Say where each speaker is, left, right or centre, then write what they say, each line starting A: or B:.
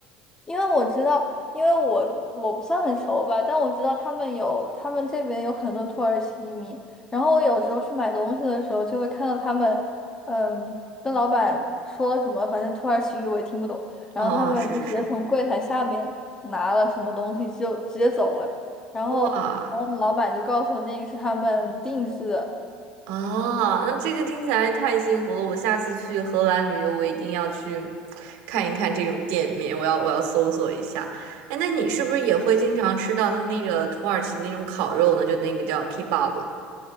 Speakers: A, on the left; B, on the right.
A: 因为我知道，因为我我不算很熟吧，但我知道他们有，他们这边有很多土耳其移民，然后我有时候去买东西的时候，就会看到他们，嗯，跟老板说了什么，反正土耳其语我也听不懂，然后他们就直接从柜台下面拿了什么东西就直接走了，
B: 哦哦，是是是，
A: 然后然后老板就告诉我那个是他们定制的。
B: 哇啊，那这个听起来太幸福了！我下次去荷兰旅游，我一定要去看一看这种店面，我要我要搜索一下。哎，那你是不是也会经常吃到它那个土耳其那种烤肉呢？就那个叫 kebab